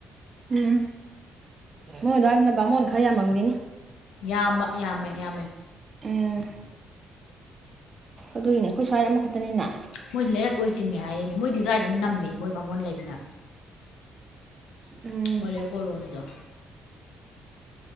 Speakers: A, on the right; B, on the left.
A: ꯎꯝ ꯃꯣꯏ ꯑꯗꯋꯥꯏ ꯕꯥꯃꯣꯟ ꯈꯔ ꯌꯥꯝꯃꯝꯒꯅꯤ
B: ꯌꯥꯝꯕ ꯌꯥꯝꯃꯦ ꯌꯥꯝꯃꯦ
A: <unintelligible> ꯑꯗꯨꯒꯤꯅꯦ ꯑꯩꯈꯣꯏ ꯁ꯭ꯋꯥꯏꯗ ꯑꯃꯈꯛꯇꯅꯤꯅ
B: ꯃꯣꯏꯗꯤ ꯂꯩꯔꯛ ꯑꯣꯏ ꯆꯤꯡꯉ ꯍꯥꯏꯔꯤꯅꯦ ꯃꯣꯏꯗꯤ ꯑꯗꯨꯗꯥꯋꯥꯏꯗꯅ ꯅꯝꯃꯤ ꯃꯣꯏ ꯕꯥꯃꯣꯟ ꯂꯩꯕꯅ
A: ꯎꯝ
B: ꯃꯣꯏ ꯂꯩꯔꯛ ꯀꯣꯂꯣꯅꯤꯗꯣ